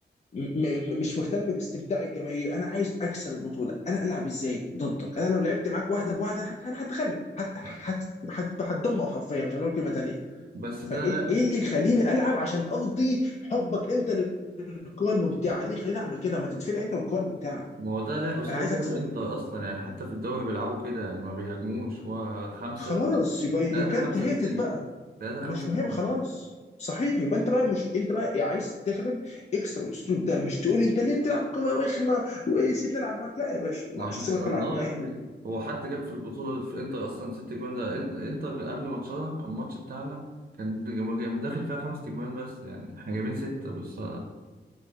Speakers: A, on the left; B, on the right.
A: م... م... مش مهتم باستمتاع الجماهير انا عايز اكسب البطوله انا العب ازاي ضدك انا لو لعبت معاك واحده بواحده انا هت- أنا هتغلب حتى
B: لا،
A: هت... هت... هتدمر حرفيا مش هقول كلمه تانيه
B: بس
A: فايه
B: ده لا
A: إيه اللي يخليني العب عشان ارضي حبك انت للكره الممتعه ليه خليني اعمل كده ما تتفلق انت والكره الممتعه
B: ما هو ده لا أسلوب
A: انا عايز اكسب
B: لعب إنتر أصلا يعني حتى في الدوري بيلعبوا كده يعني ما بيهاجموش هو خمسة
A: خلاص يبقى يو
B: تلاتة
A: كانت
B: خمسة
A: هيت
B: اتنين تلاتة خمسة
A: مش مهم
B: اتنين
A: خلاص صحيح يبقى انت بقى مش انت بقى إيه، عايز تغلب اكسر الاسلوب ده مش تقول انت ليه بتلعب كوره رخمه وسيبني العب معاك لا يا باشا ما
B: ما
A: مش
B: احنا
A: هسيبك
B: كسرناه
A: العب معايا
B: يا ابني هو حد جاب في البطولة في انتر اصلا ست جوان ده إن- انتر من قبل ماتشنا الماتش بتاعنا كان جا- داخل فيها خمس تجوان بس يعني احنا جايبين ستة بس